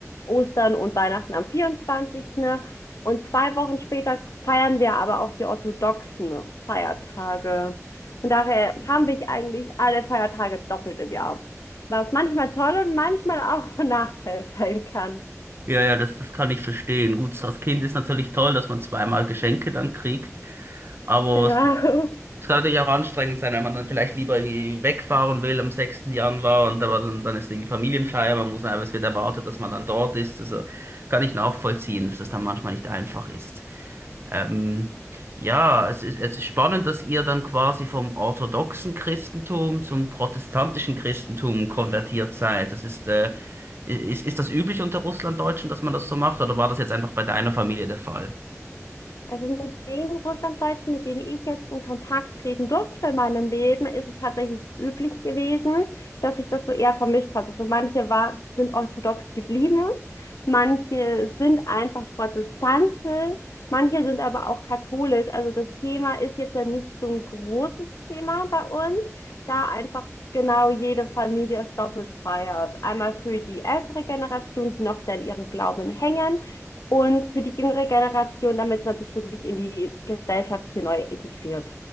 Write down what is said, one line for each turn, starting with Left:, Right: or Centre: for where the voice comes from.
Left: Ostern und Weihnachten am 24. Und zwei Wochen später feiern wir aber auch die orthodoxen Feiertage. Von daher haben wir eigentlich alle Feiertage doppelt im Jahr. Was manchmal toll und manchmal auch von Nachteil sein kann.
Right: Ja, ja, das, das kann ich verstehen. Gut, das Kind ist natürlich toll, dass man zweimal Geschenke dann kriegt, aber
Left: Genau.
Right: es, es kann natürlich auch anstrengend sein, wenn man dann vielleicht lieber irgendwie wegfahren will am sechsten Januar und aber dann, dann ist irgendwie Familienfeier, man muss einfach, es wird erwartet, dass man dann dort ist. Also kann ich nachvollziehen, dass das dann manchmal nicht einfach ist. Ähm, ja, es ist, es ist spannend, dass ihr dann quasi vom orthodoxen Christentum zum protestantischen Christentum konvertiert seid. Das ist, äh, ist, ist das üblich unter Russlanddeutschen, dass man das so macht, oder war das jetzt einfach bei deiner Familie der Fall?
Left: Also mit den Russlanddeutschen, mit denen ich jetzt in Kontakt treten durfte in meinem Leben, ist es tatsächlich üblich gewesen, dass sich das so eher vermischt hat. Also manche war, sind orthodox geblieben, manche sind einfach protestantisch, manche sind aber auch katholisch. Also das Thema ist jetzt ja nicht so ein großes Thema bei uns, da einfach genau jede Familie es doppelt feiert. Einmal für die ältere Generation, die noch sehr an ihrem Glauben hängen und für die jüngere Generation, damit man sich wirklich in die Gesellschaft hier neu integriert.